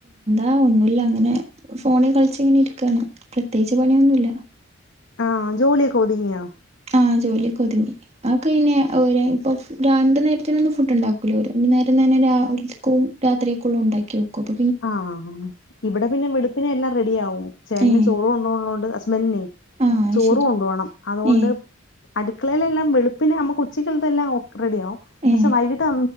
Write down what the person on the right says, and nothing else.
ആഹ് ഒന്നുല്ല അങ്ങനെ ഫോണിൽ കളിച്ച് ഇങ്ങനെ ഇരിക്കയാണ്. പ്രത്യേകിച്ച് പണിയൊന്നുല്ല.
ആഹ് ജോലിയൊക്കെ ഒതുങ്ങി. ആക്കെ പിന്നെ ഒരായു പ്പം രണ്ട് നേരത്തിനൊന്നും ഫുഡ്ണ്ടാക്കൂല്ല ഓര് ഒരു നേരം തന്നെ രാ ക്കും രാത്രിയിക്കുള്ള ഉണ്ടാക്കി വെക്കും അപ്പം
ഏഹ്
ആഹ് അയ്ശരി
ഏഹ്
ഏഹ്